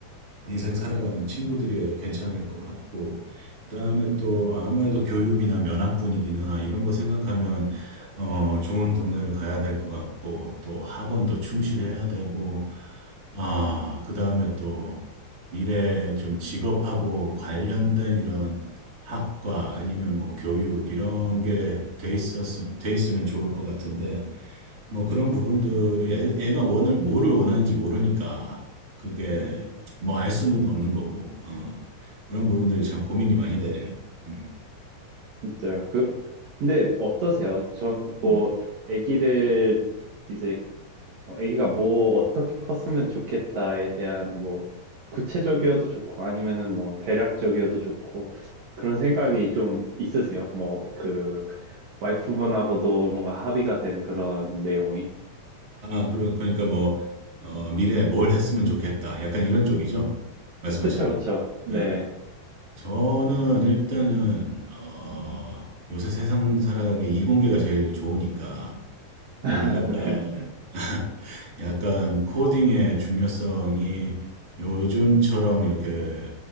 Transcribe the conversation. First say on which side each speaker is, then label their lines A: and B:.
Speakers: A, on the right; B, on the right.
A: 인생 살아가는 친구들이어야 괜찮을 것 같고 그다음에 또 아무래도 교육이나 면학 분위기나 이런 거 생각하면 어, 좋은 동네를 가야 될 것 같고 또 학원도 충실해야 되고 아, 그 다음에 또 미래 좀 직업하고 관련된 이런 학과 아니면 뭐 교육 이런 게 돼 있었, 돼 있으면 좋을 것 같은데 뭐 그런 부분들이 애, 애가 원을, 뭐를 원하는지 모르니까 그게
B: 음.
A: 뭐 알 수는 없는 거고, 어, 그런 부분들이 참 고민이 많이 되네요. 음.
B: 진짜요. 그, 근데 어떠세요? 전, 뭐,
A: 음.
B: 애기를 이제 어, 아기가 뭐 어떻게 컸으면 좋겠다에 대한 뭐 구체적이어도 좋고 아니면은 뭐 대략적이어도 좋고 그런 생각이 좀 있으세요? 뭐 그 와이프분하고도 뭔가 합의가 된 그런 내용이?
A: 아, 그러, 그러니까 뭐, 어, 미래에 뭘 했으면 좋겠다. 약간 이런 쪽이죠? 말씀하시는
B: 그쵸, 그쵸.
A: 게.
B: 네.
A: 아. 저는 일단은 어, 요새 세상 살아가기에 이공계가 제일 좋으니까
B: <laughs>
A: 거기다가
B: 네.
A: <laughs> 약간 코딩의 중요성이 요즘처럼 이렇게